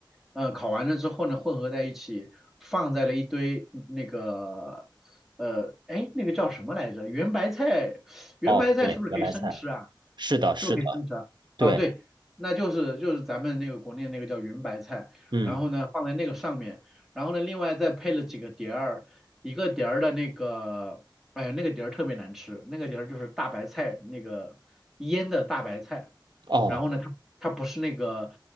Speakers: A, in the centre; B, on the right (about 65°).
A: 呃，烤完了之后呢，混合在一起，放在了一堆那个，呃，哎，那个叫什么来着？圆白菜，圆白菜是不是可以生吃啊？
B: 哦，对，圆白菜，是的，是的，
A: 是不是可以生吃啊？
B: 对，
A: 啊，对，那就是就是咱们那个国内那个叫云白菜，
B: 嗯，
A: 然后呢放在那个上面，然后呢另外再配了几个碟儿，一个碟儿的那个，哎呀那个碟儿特别难吃，那个碟儿就是大白菜那个腌的大白菜，
B: 哦，
A: 然后呢它它不是那个